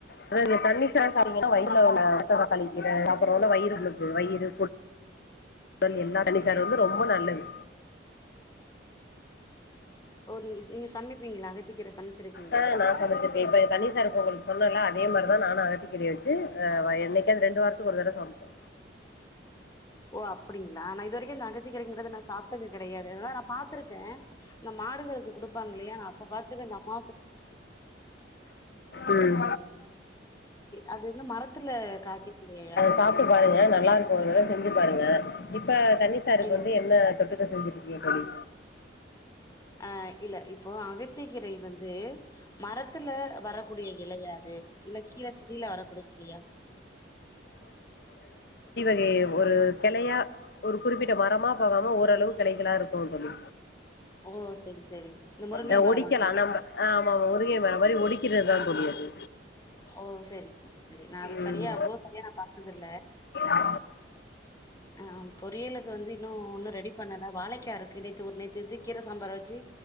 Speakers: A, on the left; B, on the left.
A: அதாங்க தண்ணி சாரு சாப்ட்டா வயித்ல உள்ள <unintelligible> அப்புறோ வயிறு <unintelligible> வயிறு குடல் எல்லா தண்ணிசாரு வந்து ரொம்ப நல்லது
B: ஓ நீங்க நீங்க சமைப்பீங்களா அகத்திக்கீர சமைச்சிருக்கீங்க
A: அ நா சமைச்சிருக்கே இப்ப தண்ணிசாருக் உங்ளுக்கு சொன்னல அதே மாரிதா நானு அகத்திகீரைய வச்சு அ என்னைக்காவது ரெண்டு வாரத்துக்கு ஒரு தடவ சமைப்போ
B: ஓ அப்புடிங்களா ஆன நா இது வரிக்கு இந்த அகத்திகீரங்கறது நா சாப்ட்டது கெடையாது நா பார்த்திருக்கே இந் மாடுகளுக்கு குடுப்பாங் இல்லையா அப்ப பாத்திருக்கே இந்த அம்மா
A: ம்
B: அது வந்து மரத்துல காய்க்கக்கூடியயா
A: சாப்ட்டு பாருங்க நல்லாருக்கு ஒரு தடவ செஞ்சு பாருங்க இப்ப தண்ணிசாருக்கு
B: இல்ல
A: வந்து என்ன <unintelligible> செஞ்சிருக்க தோழி
B: அ இல்ல இப்போ அகத்திகீரை வந்து மரத்துல வரக்கூடிய இலையா அது இல்ல கீழ செடியில வரக்கூடிய இலையா
A: ட் ஒரு கெளையா ஒரு குறிப்பிட்ட மரமா போகாம ஓரளவு கெளைகளா இருக்குன் தோழி
B: ஓ செரி செரி இந்த முருங்கை
A: அ
B: மரமா
A: ஒடிக்கலா நம்ப ஆ ஆமா உருகி அந்த மாரி ஒடிக்கிறத் தா தோழி அது
B: ஓ செரி ன <unintelligible> நா அத
A: ம்
B: செரியா அவ்ளோ செரியா நா பாத்ததுல்ல
A: ஆ
B: அ அ பொறியலுக்கு வந்து இன்னு ஒன்னு ரெடி பண்ணல வாழைக்காருக்கு நேத்து ஒர் நேத் து கீர சம்பார் வெச்சு